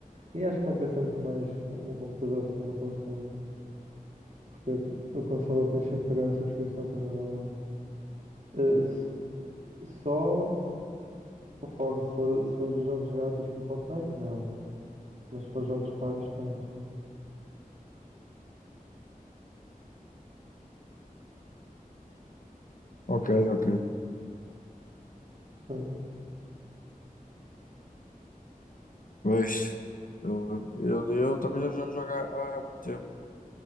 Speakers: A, on the right; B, on the left.
A: E acho que compensa muito mais um computador do que uma consola. Porque a, a consola tens sempre que pagar a subscrição para jogar online. Eh, s- só conforme, se for, se for jogos grátis com Fortnite, não. Mas se for jogos pagos, tens.
B: Ok, ok.
A: Sim.
B: Mas eu, eu, eu também já já não jogo há, há muito tempo.